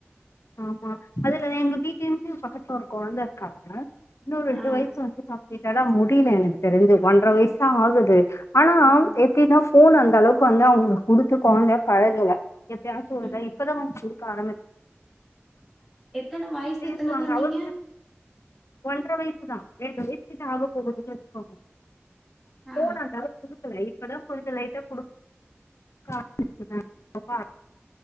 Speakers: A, on the left; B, in the centre.
A: ஆமா அதுல எங்க வீட்லேருந்து பக்கத்துல ஒரு கொழந்த இருக்காங்க இன்னு ரெண்டு
B: ஆ
A: வய்சு வந்து கிட்ட தா முடில எனக்கு தெரிஞ்சு ஒன்ற வய்சு தா ஆகுது ஆனா
B: ஆ
A: எப்டின்னா ஃபோனு அந்தளவுக்கு வந்து அவுங்குளுக்கு குடுத்து கொழந்த பழகுல எப்பயாச்சு ஒரு
B: ம்
A: தர இப்பதா வந்து குடுக்க ஆரம்பிச்
B: எத்தன வய்சு
A: பேசுவாங்க
B: எத்தன சொன்னீங்க
A: அவங்களுக்கு ஒன்ற வய்சு தா ரெண்டு வய்சு கிட்ட ஆக போகுதுன்னு வச்சிக்கோங்க
B: ஆ
A: ஃபோனு அந்தளவுக்கு குடுக்குல இப்பதா கொஞ்சோ லைட்டா குடுக்க <inaudible>